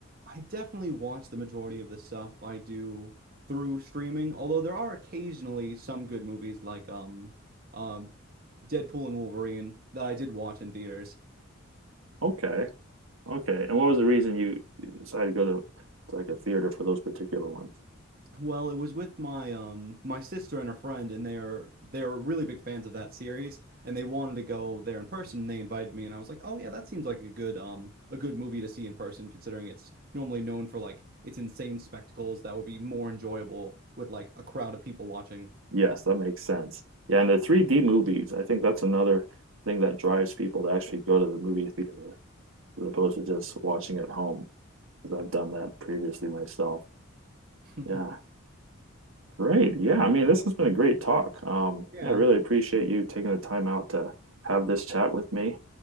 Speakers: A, on the right; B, on the right.
A: I definitely watch the majority of the stuff I do through streaming, although there are occasionally some good movies like um um Deadpool and Wolverine that I did watch in theaters.
B: Okay, okay. And what was the reason you decided to go to, to like a theater for those particular ones?
A: Well, it was with my um my sister and a friend and they're they're really big fans of that series and they wanted to go there in person and they invited me and I was like, "Oh yeah, that seems like a good um a good movie to see in person considering it's normally known for like its insane spectacles that would be more enjoyable with like a crowd of people watching."
B: Yes, that makes sense. Yeah, and the 3D movies, I think that's another thing that drives people to actually go to the movie theater as opposed to just watching at home, because I've done that previously myself.
A: <laughs>
B: Yeah. Great. Yeah, I mean, this has been a great talk. Um,
A: Yeah.
B: yeah, I really appreciate you taking the time out to have this chat with me.